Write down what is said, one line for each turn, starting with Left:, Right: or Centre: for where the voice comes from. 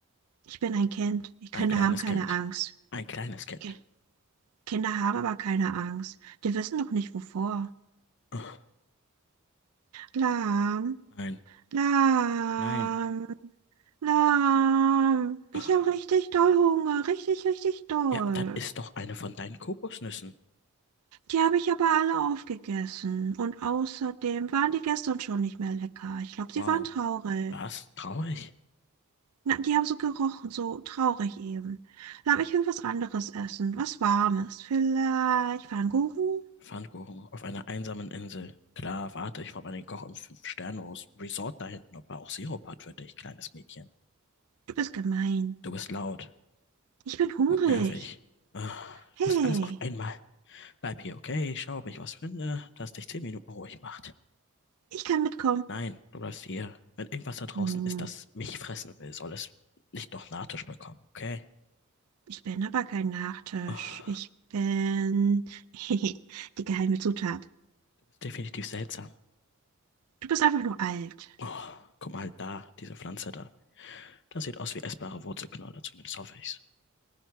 Right: Ich bin ein Kind. Ich Kinder
Left: Ein kleines
Right: haben keine
Left: Kind.
Right: Angst.
Left: Ein kleines Kind.
Right: Okay. Kinder haben aber keine Angst. Die wissen doch nicht wovor.
Left: Ah,
Right: Lahm,
Left: Nein,
Right: lahm,
Left: nein.
Right: lahm. Ich
Left: Ah,
Right: habe richtig doll Hunger, richtig, richtig doll.
Left: Ja, dann isst doch eine von deinen Kokosnüssen.
Right: Die habe ich aber alle aufgegessen. Und außerdem waren die gestern schon nicht mehr lecker. Ich glaube, sie
Left: Wow,
Right: waren traurig.
Left: was? Traurig?
Right: Na, die haben so gerochen, so traurig eben. Lahm, ich will was anderes essen, was Warmes. Vielleicht Pfannkuchen?
Left: Pfannkuchen auf einer einsamen Insel. Klar, warte, ich frage mal den Koch im Fünf-Sterne-Resort da hinten, ob er auch Sirup hat für dich, kleines Mädchen.
Right: Du bist gemein.
Left: Du bist laut
Right: Ich bin hungrig.
Left: und nervig. Ah,
Right: Hey,
Left: du bist alles auf einmal. Bleib hier, okay? Ich schaue, ob ich was finde, das dich zehn Minuten ruhig macht.
Right: ich kann mitkommen.
Left: Nein, du bleibst hier. Wenn irgendwas da draußen
Right: Hm,
Left: ist, das mich fressen will, soll es nicht noch Nachtisch bekommen, okay?
Right: Ich bin aber kein Nachtisch.
Left: Ah,
Right: Ich bin <laughs> die geheime Zutat.
Left: du bist definitiv seltsam.
Right: Du bist einfach nur alt.
Left: Oh, guck mal da, diese Pflanze da. Das sieht aus wie essbare Wurzelknolle, zumindest hoffe ich's.